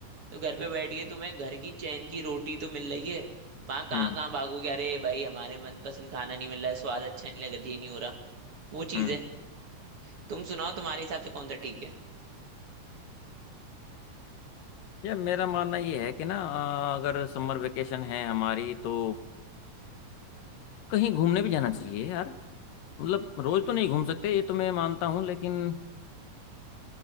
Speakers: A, on the right (about 45°); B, on the left (about 85°).
A: तो घर पे बैठ के तुम्हें घर की चैन की रोटी तो मिल रही है वहां कहाँ
B: हम्म
A: कहाँ भागोगे अरे भाई हमारे मनपसंद खाना नहीं मिल रहा है स्वाद अच्छा नहीं लग रहा ये नहीं हो रहा वो चीज
B: हम्म
A: है तुम सुनाओ तुम्हारे हिसाब से कौन सा ठीक
B: यार मेरा मानना ये है कि ना अ, अगर समर वेकेशन है हमारी तो कहीं घूमने भी जाना चाहिए यार मतलब रोज तो नहीं घूम सकते ये तो मैं मानता हूँ लेकिन